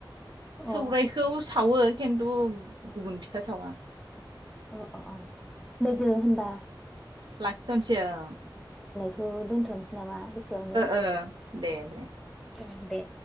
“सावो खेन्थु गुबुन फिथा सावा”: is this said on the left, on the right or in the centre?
Right